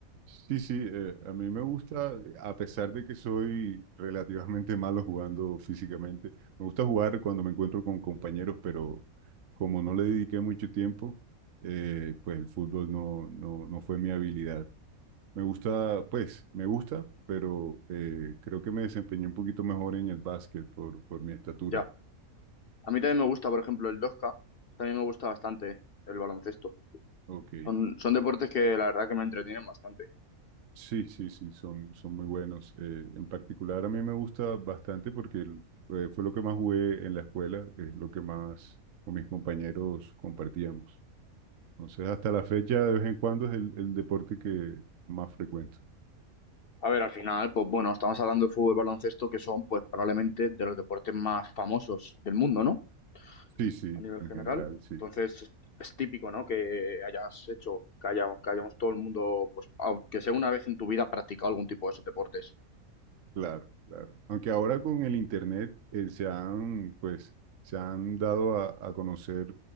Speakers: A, on the right; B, on the left.
A: Sí, sí, eh, a mí me gusta, a pesar de que soy relativamente malo jugando físicamente, me gusta jugar cuando me encuentro con compañeros, pero como no le dediqué mucho tiempo, eh, pues el fútbol no, no, no fue mi habilidad. Me gusta, pues, me gusta, pero eh, creo que me desempeñé un poquito mejor en el básquet por, por mi estatura.
B: Ya. A mí también me gusta, por ejemplo, el 2K, también me gusta bastante el baloncesto.
A: Ok.
B: Son, son deportes que la verdad que me entretienen bastante.
A: Sí, sí, sí, son, son muy buenos. Eh, en particular a mí me gusta bastante porque el- eh, fue lo que más jugué en la escuela, es lo que más con mis compañeros compartíamos. Entonces, hasta la fecha, de vez en cuando es el, el deporte que más frecuento.
B: A ver, al final, pues bueno, estamos hablando de fútbol y baloncesto, que son pues probablemente de los deportes más famosos del mundo, ¿no?
A: Sí, sí,
B: a nivel
A: en
B: general.
A: general, sí.
B: Entonces, es es típico, ¿no? Que hayas hecho, que hayamos que hayamos todo el mundo, pues, aunque sea una vez en tu vida, practicado algún tipo de esos deportes.
A: Claro, claro. Aunque ahora con el internet eh, se han, pues, se han dado a, a conocer